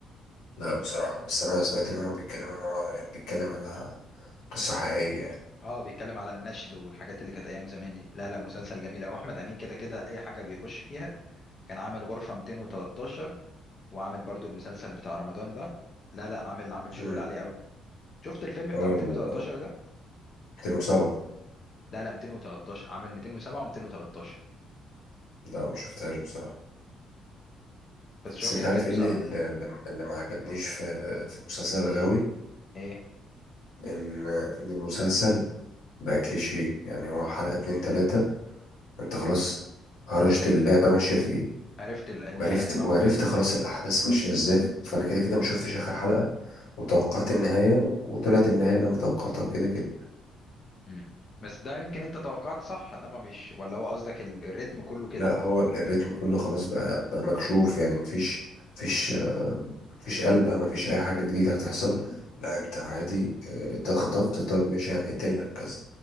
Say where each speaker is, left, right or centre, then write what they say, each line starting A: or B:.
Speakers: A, on the left (about 85°); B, on the left (about 35°).
A: لا بصراحة بس انا سمعت ان هما بيتكلموا ان هو يعني بيتكلم على قصة حقيقية يعني
B: اه بيتكلم على النشل والحاجات اللي كانت ايام زمان دي لا لا مسلسل جميل قوي احمد امين كده كده اي حاجه بيخش فيها كان عامل غرفه 213 وعامل برضو المسلسل بتاع رمضان ده لا لا عامل عامل شغل
A: امم
B: عالي قوي شفت الفيلم بتاع
A: هو
B: 213
A: ال
B: ده
A: 2007
B: لا لا 213 عامل 207 و213
A: لا ما شفتهاش بصراحة
B: بس شفت
A: بس انت
B: 207
A: عارف ايه اللي اللي اللي ما عجبنيش في في مسلسل الغاوي
B: ايه
A: ان ان المسلسل بقى كليشيه يعني هو حلقة اتنين تلاتة انت خلاص هرشت اللعبة ماشية في ايه
B: عرفت ال- النهايه
A: وعرفت
B: هتبقى
A: وعرفت
B: عامله ازاي
A: خلاص الاحداث ماشية ازاي فانا كده كده ما شفتش اخر حلقة وتوقعت النهاية وطلعت النهاية اللي انا توقعتها كده كده
B: مم. بس ده يمكن انت توقعت صح انما مش ولا هو قصدك ال- الريتم كله كده
A: لا هو الريتم كله خلاص بقى بقى مكشوف يعني مفيش مفيش آه، مفيش قلبة مفيش اي حاجة جديدة هتحصل لا انت عادي آه، انت خطفت طب ماشي هنقتلك كذا